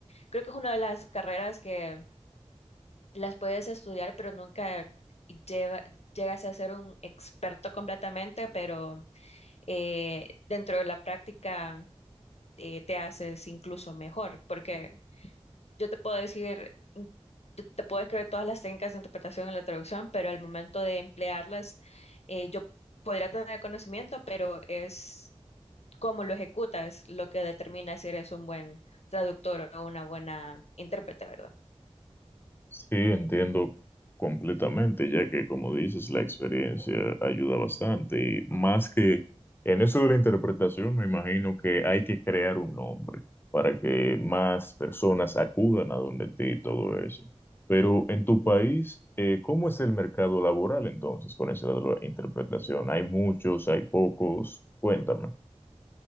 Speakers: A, on the left; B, on the left.
A: creo que es una de las carreras que las puedes estudiar, pero nunca lleva- llegas a ser un experto completamente, pero eh, dentro de la práctica eh, te haces incluso mejor, porque yo te puedo decir, mm, yo te puedo escribir todas las técnicas de interpretación en la traducción, pero al momento de emplearlas, eh, yo podría tener conocimiento, pero es cómo lo ejecutas lo que determina si eres un buen traductor o una buena intérprete, ¿verdad?
B: Sí, entiendo completamente, ya que como dices, la experiencia ayuda bastante y más que en eso de la interpretación, me imagino que hay que crear un nombre para que más personas acudan a donde ti y todo eso. Pero en tu país, eh, ¿cómo es el mercado laboral entonces con eso de la interpretación? ¿Hay muchos, hay pocos? Cuéntame.